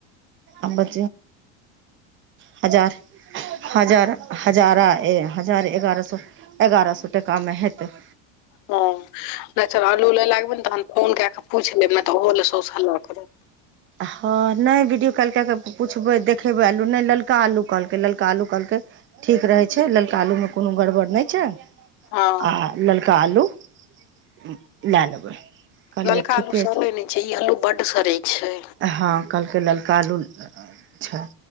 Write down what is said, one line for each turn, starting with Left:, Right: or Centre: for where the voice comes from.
Right: अम ब हजार हजार हजारा ए हजार एगारह सौ एगारह सौ टका मे हेतै
Left: ह नहि चल आलू लए लागब ने तहन फोन क के पूछि लेब तऽ ओहो ले सउस हला करत
Right: हँ नहि वीडियो कॉल कए कऽ पुछबै देखेबै आलू नहि ललका आलू कहलकै ललका आलू कहलकै ठीक रहै छै ललका आलूमे कोनो गड़बड़ नहि छै
Left: हँ
Right: आ ललका अल्लू लेए लेबै। कहलियै
Left: ललका
Right: ठीके
Left: अल्लू सड़ै नहि छै ई अल्लू बड्ड सड़ै छै
Right: हँ कहलकै ललका अल्लू छै